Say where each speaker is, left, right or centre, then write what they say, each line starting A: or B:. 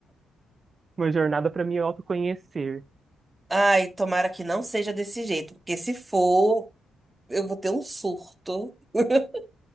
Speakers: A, on the right (about 40°); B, on the right (about 20°).
A: Uma jornada para me autoconhecer.
B: <laughs> Ai, tomara que não seja desse jeito, porque se for, eu vou ter um surto. <laughs>